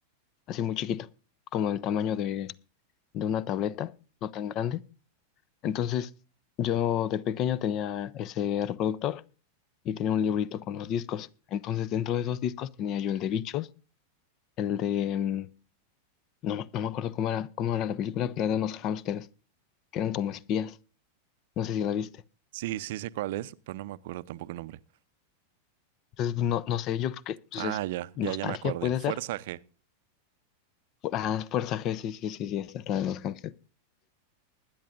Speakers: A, on the left; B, on the right.
A: así muy chiquito, como el tamaño de, de una tableta, no tan grande. Entonces, yo de pequeño tenía ese reproductor y tenía un librito con los discos. Entonces, dentro de esos discos tenía yo el de Bichos, el de, mm, no, me- no me acuerdo cómo era, cómo era la película, pero era de unos hámsters que eran como espías. No sé si la viste.
B: Sí, sí sé cuál es, pero no me acuerdo tampoco el nombre.
A: Entonces, no, no sé, yo creo que pues
B: Ah,
A: es
B: ya,
A: nostalgia,
B: ya, ya me acordé.
A: puede
B: Fuerza
A: ser.
B: G.
A: Ah, Fuerza G, sí, sí, sí, sí, esa es la de los hamsters.